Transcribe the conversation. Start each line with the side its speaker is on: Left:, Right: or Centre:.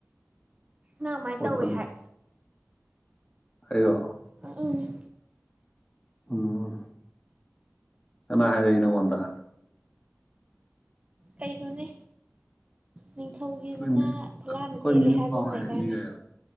Right: ꯅꯪ ꯑꯗꯨꯃꯥꯏꯅ
Left: ꯀꯣꯠꯄꯅꯤ
Right: ꯇꯧꯋꯦ ꯍꯥꯏ
Left: ꯑꯩꯔꯣ
Right: ꯑꯝ ꯑꯝ
Left: ꯎꯝ ꯀꯅꯥ ꯍꯥꯏꯔꯛꯏ ꯅꯪꯉꯣꯟꯗ
Right: ꯀꯩꯩꯅꯣꯅꯦ ꯅꯤꯡꯊꯧꯒꯤ
Left: ꯑꯩꯈꯣꯏ
Right: ꯃꯅꯥ ꯐꯛꯂꯥꯡꯗ ꯊꯦꯠꯂꯦ
Left: ꯃꯤꯅ
Right: ꯍꯥꯏꯕ
Left: ꯄꯥꯎ
Right: ꯑꯃ
Left: ꯍꯥꯏꯔꯛꯏ
Right: ꯂꯩꯗꯥꯏꯅꯦ
Left: ꯀꯥꯏꯌꯣ